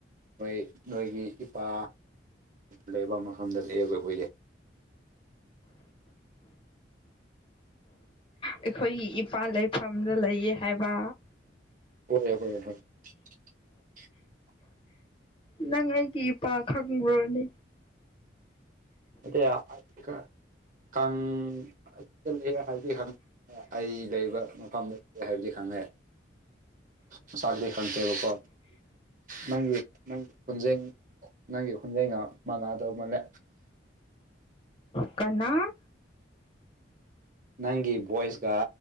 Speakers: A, on the right (about 45°); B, on the left (about 30°).
A: ꯅꯣꯏ ꯅꯣꯏꯒꯤ ꯏꯄꯥ ꯂꯩꯕ ꯃꯐꯝꯗ ꯂꯩꯑꯦꯕ ꯑꯩꯈꯣꯏꯗꯤ
B: ꯑꯩꯈꯣꯏꯒꯤ ꯏꯄꯥꯥ ꯂꯩꯐꯝꯗ ꯂꯩꯌꯦ ꯍꯥꯏꯕ
A: ꯍꯣꯏ <inaudible>
B: ꯅꯪ ꯑꯩꯒꯤ ꯏꯄꯥ ꯈꯪꯕ꯭ꯔꯣꯅꯦ
A: ꯑꯌꯥ ꯑꯥꯏꯗꯤ ꯈ ꯈꯪ <unintelligible> ꯍꯥꯏꯗꯤ ꯈꯪ ꯑꯩ ꯂꯩꯕ ꯃꯐꯝꯅꯤ ꯍꯥꯏꯕꯗꯤ ꯈꯪꯉꯦ ꯃꯁꯥꯗꯤ ꯈꯪꯇꯦꯕꯀꯣ ꯅꯪꯒꯤ ꯅꯪꯒꯤ ꯈꯣꯟꯖꯦꯡ ꯅꯪꯒꯤ ꯈꯣꯟꯖꯦꯟꯒ ꯃꯥꯟꯅꯗꯧ ꯃꯥꯜꯂꯦ
B: ꯀꯅꯥ
A: ꯅꯪꯒꯤ ꯚꯣꯏꯁꯀ